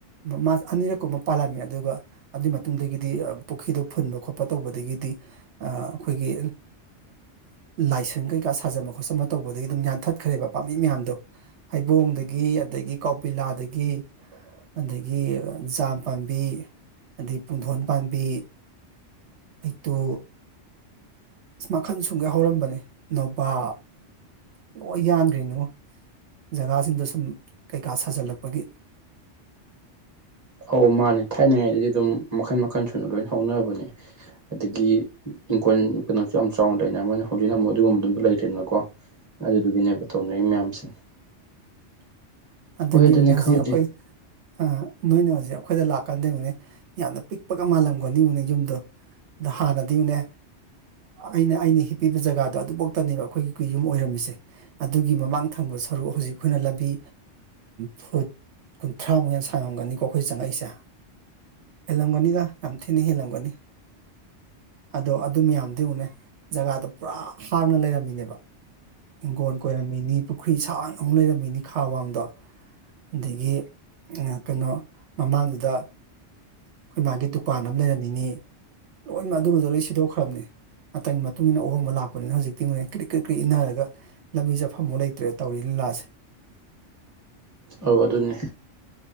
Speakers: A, on the right; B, on the right.
A: ꯃꯥ ꯑꯅꯤꯔꯛꯀꯨꯝꯕ ꯄꯥꯜꯂꯝꯃꯦ ꯑꯗꯨꯒ ꯑꯗꯨꯏ ꯃꯇꯨꯡꯗꯒꯤꯗꯤ ꯄꯨꯈ꯭ꯔꯤꯗꯣ ꯐꯨꯟꯕ ꯈꯣꯠꯄ ꯇꯧꯕꯗꯒꯤꯗꯤ ꯑ ꯑꯈꯣꯏꯒꯤ ꯂꯥꯏꯁꯪ ꯀꯩꯀꯥ ꯁꯥꯖꯟꯃ ꯈꯣꯠꯆꯟꯕ ꯇꯧꯕꯗꯒꯤ ꯑꯗꯨꯝ ꯌꯥꯟꯊꯠꯈ꯭ꯔꯦꯕ ꯄꯥꯝꯕꯤ ꯃꯌꯥꯝꯗꯣ ꯍꯩꯕꯣꯡꯗꯒꯤ ꯑꯗꯒꯤ ꯀꯧꯕꯤꯂꯥꯗꯒꯤ ꯑꯗꯩꯒꯤ ꯖꯥꯝ ꯄꯥꯝꯕꯤ ꯑꯗꯩ ꯄꯨꯡꯗꯣꯟ ꯄꯥꯝꯕꯤ ꯍꯩꯇꯣ ꯑꯁ ꯃꯈꯜ ꯁꯨꯝꯒꯩ ꯍꯧꯔꯝꯕꯅꯦ ꯅꯣꯕꯥꯞ ꯂꯣꯏ ꯌꯥꯟꯈ꯭ꯔꯤꯅꯤꯉꯣ ꯖꯒꯥꯁꯤꯡꯗ ꯁꯨꯝ ꯀꯩꯀꯥ ꯁꯥꯖꯤꯜꯂꯛꯄꯒꯤ
B: ꯑꯧ ꯃꯥꯅꯦ ꯊꯥꯏꯅꯉꯥꯏꯗꯗꯤ ꯑꯗꯨꯝ ꯃꯈꯟ ꯃꯈꯜ ꯁꯨꯅ ꯂꯣꯏ ꯍꯧꯔꯕꯅꯦ ꯑꯗꯒꯤ ꯏꯪꯈꯣꯜ ꯀꯩꯅꯣꯁꯨ ꯌꯥꯝ ꯆꯥꯎꯅ ꯂꯩꯅ ꯃꯔꯣꯏꯅ ꯍꯧꯖꯤꯛꯅ ꯑꯃꯨꯛ ꯑꯗꯨꯒꯨꯝꯕꯗꯨꯝꯁꯨ ꯂꯩꯇꯦꯗꯅꯀꯣ ꯑꯗꯨꯗꯨꯒꯤꯅꯦꯕ ꯇꯧꯅꯔꯤ ꯃꯌꯥꯝꯁꯦ
A: ꯑꯗꯨꯅꯤꯅꯦ
B: ꯍꯣꯏ ꯑꯗꯨꯅꯦ
A: ꯌꯦꯡꯉꯣ
B: ꯈꯪꯗꯦ
A: ꯍꯧꯖꯤꯛ ꯑꯈꯣꯏ ꯑ ꯅꯣꯏꯅ ꯍꯧꯖꯤꯛ ꯑꯩꯈꯣꯏꯗ ꯂꯥꯛꯀꯥꯟꯗ ꯌꯦꯡꯉꯨꯅꯦ ꯌꯥꯝꯅ ꯄꯤꯛꯄꯒ ꯃꯥꯜꯂꯝꯒꯅꯤ ꯌꯦꯡꯉꯣ ꯌꯨꯝꯗꯣ ꯑꯗ ꯍꯥꯟꯅꯗꯤꯕꯨꯅꯦ ꯑꯩꯅ ꯑꯩꯅ ꯍꯤꯞꯄꯤꯕ ꯖꯒꯥꯗꯣ ꯑꯗꯨꯐꯧꯇꯅꯦꯕ ꯑꯩꯈꯣꯏꯒꯤ ꯌꯨꯝ ꯑꯣꯏꯔꯝꯃꯤꯁꯦ ꯑꯗꯨꯒꯤ ꯃꯃꯥꯡ ꯊ ꯐꯪꯕ ꯁꯔꯨꯛ ꯍꯧꯖꯤꯛ ꯑꯈꯣꯏꯅ ꯂꯝꯕꯤ ꯐꯨꯠ ꯀꯨꯟꯊ꯭ꯔꯥꯃꯨꯛ ꯌꯥꯝ ꯁꯥꯡꯉꯝꯒꯅꯤꯀꯣ ꯑꯈꯣꯏ ꯆꯪꯉꯛꯏꯁꯦ ꯍꯦꯜꯂꯝꯒꯅꯤꯗ ꯌꯥꯝ ꯊꯤꯅ ꯍꯦꯜꯂꯝꯒꯅꯤ ꯑꯗꯣ ꯑꯗꯨ ꯃꯌꯥꯝꯗꯤ ꯌꯦꯡꯉꯨꯅꯦ ꯖꯒꯥꯗ ꯄꯨꯔꯥ ꯍꯥꯡꯅ ꯂꯩꯔꯝꯃꯤꯅꯦꯕ ꯍꯤꯡꯒꯣꯜ ꯀꯣꯏꯔꯝꯃꯤꯅꯤ ꯄꯨꯈ꯭ꯔꯤ ꯁꯥꯡꯅ ꯑꯃꯨꯛ ꯂꯩꯔꯝꯃꯤꯅꯤ ꯈꯥ ꯋꯥꯡꯗꯣ ꯑꯗꯩꯒꯤ ꯀꯩꯅꯣ ꯃꯃꯥꯡꯗꯨꯗ ꯑꯈꯣꯏ ꯃꯥꯒꯤ ꯗꯨꯀꯥꯟ ꯑꯃ ꯂꯩꯔꯝꯃꯤꯅꯤ ꯂꯣꯏꯅ ꯑꯗꯨꯃꯁꯨ ꯂꯣꯏ ꯁꯤꯗꯣꯛꯈ꯭ꯔꯕꯅꯦ ꯃꯇꯝꯒꯤ ꯃꯇꯨꯡ ꯏꯟꯅ ꯑꯍꯣꯡꯕ ꯂꯥꯛꯄꯅꯤꯅ ꯍꯧꯖꯤꯛꯇꯤ ꯀ꯭ꯔꯤ ꯀ꯭ꯔꯤ ꯀ꯭ꯔꯤ ꯏꯟꯅꯔꯒ ꯂꯝꯕꯤ ꯆꯦꯠꯐꯝꯐꯥꯎ ꯂꯩꯇ꯭ꯔꯦ ꯇꯧꯔꯤ ꯂꯥꯖꯦ
B: ꯑꯧ ꯑꯗꯨꯅꯦ